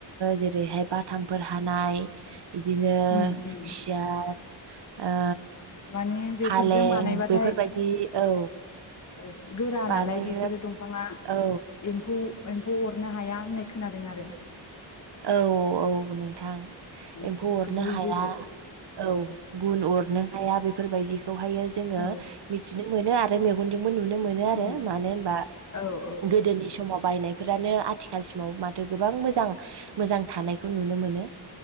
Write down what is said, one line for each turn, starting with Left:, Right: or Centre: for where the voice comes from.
Right: जेरैहाय बाथामफोर हानाय बिदिनो
Left: उम उम
Right: <unintelligible> ओ
Left: माने बेफोरजों
Right: फालें
Left: बानायबाथाय
Right: बेफोरबायदि औ
Left: औ गोरा
Right: बानाय
Left: नालाय बेफोरो दंफाङा
Right: औ
Left: एम्फौ एम्फौ अरनो हाया होननाय खोनादों आरो
Right: औ औ नोंथां
Left: औ
Right: एम्फौ अरनो
Left: गोबौ
Right: हाया
Left: जोरो
Right: औ गुन अरनो हाया बेफोरबायदिखौहायो जोङो
Left: औ
Right: मिथिनो मोनो आरो मे गनजोंनो नुनो मोनो आरो
Left: उम
Right: मानो होमबा
Left: औ औ
Right: गोदोनि समाव बायनाय फोरानो आथिखालसिमाव माथो गोबां मोजां मोजां थानायखौ नुनो मोनो।